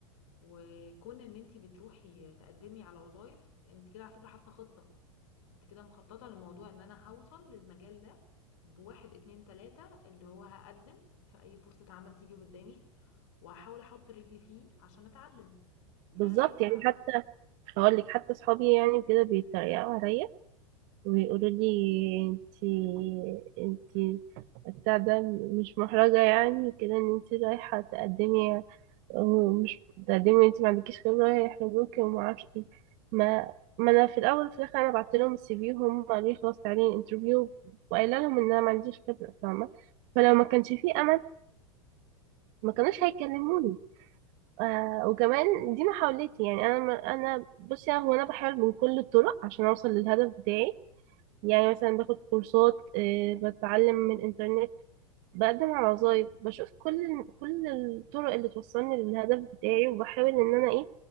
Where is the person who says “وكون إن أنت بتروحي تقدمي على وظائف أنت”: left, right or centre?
Left